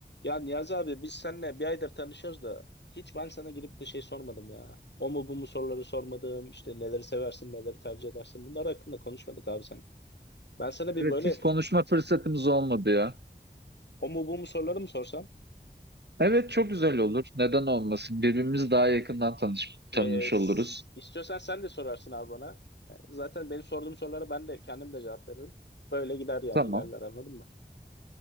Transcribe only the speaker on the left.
Ya Niyazi abi biz seninle bir aydır tanışıyoruz da hiç ben sana gidip de şey sormadım ya. O mu bu mu soruları sormadım. işte neleri seversin, neleri tercih edersin. Bunlar hakkında konuşmadık abi sen. Ben sana bir
böyle
o mu bu mu soruları mı sorsam?
Ee,
s-
istiyorsan sen de sorarsın abi bana. Ee, Zaten benim sorduğum sorulara ben de kendim de cevap veririm. Böyle gider yani
ilerler anladın mı?